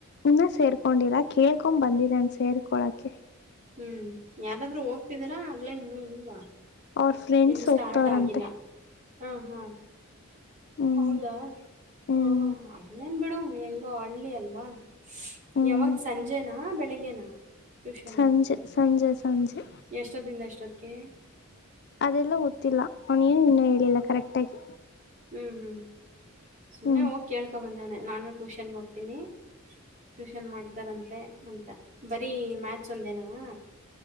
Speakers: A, on the left (about 50°); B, on the right (about 35°).
A: ಇನ್ನ ಸೇರ್ಕೊಂಡರ ಕೇಳ್ಕೊ್ ಬಂದಿದ್ದಣ ಸೇರ್ಕೊಳಕೆ
B: ಹ್ಮ್ ಯಾರಾದ್ರೂ ಹೋಗ್ತಿದಾರಾ ಆಗ್ಲಾ ಇನ್ನುೂ ಇಲ್ವಾ
A: ಅವ್ರ ಫ್ರೆಂಡ್ಸ್
B: ಇನ್ನು
A: ಹೋಗ್ತವ್ರಂತೆ
B: ಸ್ಟಾರ್ಟ್ ಆಗಿಲ್ಲ ಹಾ ಹಾ
A: ಹ್ಮ್
B: ಹೌದಾ
A: ಹ್ಮ್
B: ಹ ಅೇನ್ ಬಿಡು ಹೆಂಗ ಹಳ್ಳಿ ಅಲ್ವಾ
A: ಹ್ಮ್
B: ಯಾವಾಗ ಸಂಜೆನಾ ಬೆಳಿಗ್ಗೆನಾ ಟ್ಯೂಷನ್ನು
A: ಸಂಜೆ ಸಂಜೆ ಸಂಜೆ
B: ಎಷ್ಟೊತ್ತಿಂದ ಎಷ್ಟೊತ್ತಕ್ಕೆ
A: ಅದೆಲ್ಲ ಗೊತ್ತಿಲ್ಲ ಅವನೇನು ಇನ್ನೂ ಹೇಳಿಲ್ಲ ಕರೆಕ್ಟ್ ಆಗಿ
B: ಹ್ಮ್ ಹ್ಮ್ ಸುಮ್ಮ್ನೆ
A: ಹ್ಮ್
B: ಹೋಗಿ ಕೇಳ್ಕೊ ಬಂದಾನೆ ನಾನು ಟ್ಯೂಷನ್ಗೆ ಹೋಗ್ತೀನಿ ಟ್ಯೂಷನ್ ಮಾಡ್ತಾರಂತೆ ಅಂತ ಬರೀ ಮ್ಯಾಚ್ ಒಂದೇನಾವ